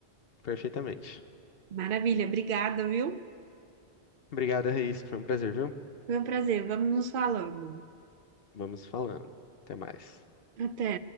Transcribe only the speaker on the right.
Maravilha, obrigada, viu?
Foi um prazer. Vamos nos falando.
Até.